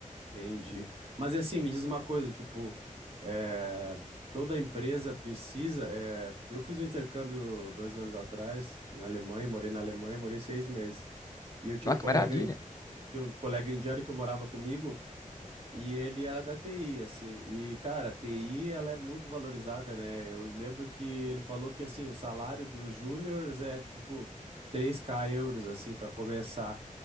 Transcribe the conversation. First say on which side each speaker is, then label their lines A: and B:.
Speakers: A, on the right (about 45°); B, on the left (about 25°).
A: Entendi. Mas e assim, me diz uma coisa, tipo, eh, toda empresa precisa. eh, eu fiz um intercâmbio dois anos atrás na Alemanha, morei na Alemanha, morei seis meses. E eu tinha
B: Nossa,
A: um colega,
B: que maravilha.
A: um colega indiano que morava comigo. E ele era da TI, assim. E, cara, a TI, ela é muito valorizada, né? Eu lembro que ele falou que, assim, o salário dos júniors é, tipo, três k euros, assim, para começar.